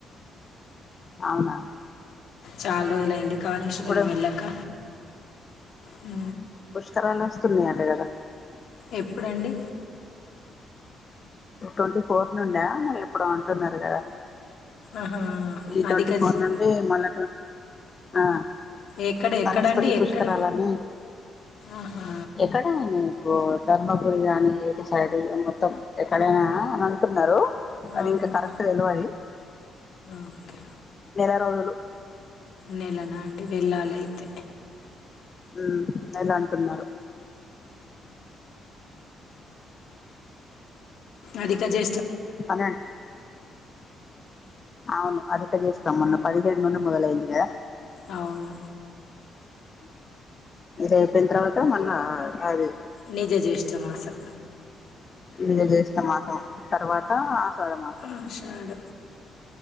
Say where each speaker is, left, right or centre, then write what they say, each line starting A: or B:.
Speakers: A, on the left (about 35°); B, on the left (about 70°).
A: అవునా
B: చాలా రోజులయింది కాాలేశ్వర
A: ఇప్పుడు
B: మెల్లక్క హు
A: పుష్కరాలు వస్తున్నాయి అంట కదా
B: ఎప్పుడండి
A: ట్వంటీ ఫోర్ నుండా మరి ఇప్పుడు అంటున్నారు కదా
B: ఆహా,
A: ఈ ట్వంటీ
B: అధిక
A: ఫోర్
B: జ-
A: నుండి మళ్ళ ఆ
B: ఎక్కడ
A: సరస్వతి
B: ఎక్కడండి
A: పుష్కరాలని
B: ఎక్కడ ఆహా,
A: ఎక్కడ ఆయనా ఇ ధర్మపురి ఏ సైడ్ మొత్తం ఎ ఎక్కడేనా అని అంటున్నారు అది
B: అవునా
A: ఇంకా కరెక్ట్ తెలవాలి
B: ఓకే
A: నెల రోజు
B: నెలనా అండి వెలాలయితే
A: ఉ ఎలా అంటున్నారు
B: అదిక జే
A: ప అవును అది తగిస్తకోమన్న పదిహేడు ను ముదల ఐందిగాద
B: అవును
A: రేపయిన తర్వాత మొన్న అది
B: నిజ జ్యేష్టమాసం
A: ఇద చేస్తం మాసం తర్వాత ఆషాఢ మాసం
B: ఆషాడం